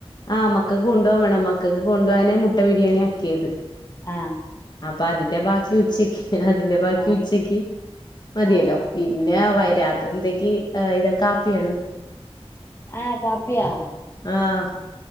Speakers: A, on the left; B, on the left.
A: ആഹ് മക്കൾക്ക് കൊണ്ടോവാ വേണം മക്കൾക്ക് കൊണ്ടോവാനെ മുട്ട ബിരിയാണി ആക്കിയത്
B: ആ
A: അപ്പൊ അതിന്റെ ബാക്കി ഉച്ചയ്ക്ക് അതിന്റെ ബാക്കി
B: ആഹ്
A: ഉച്ചക്ക് മതിയല്ലോ
B: ആഹ് ആഹ്
A: പിന്നെ
B: ആഹ്
A: വൈ രാത്രിയിലത്തേക്ക് ഏ ഇതൊ കാപ്പിയാണ്
B: ആഹ് കാപ്പിയാ
A: ആഹ്